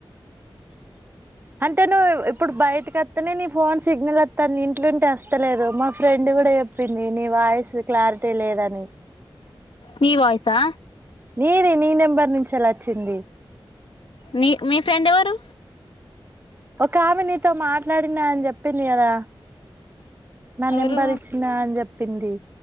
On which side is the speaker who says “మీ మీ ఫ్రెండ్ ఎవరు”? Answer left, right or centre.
Left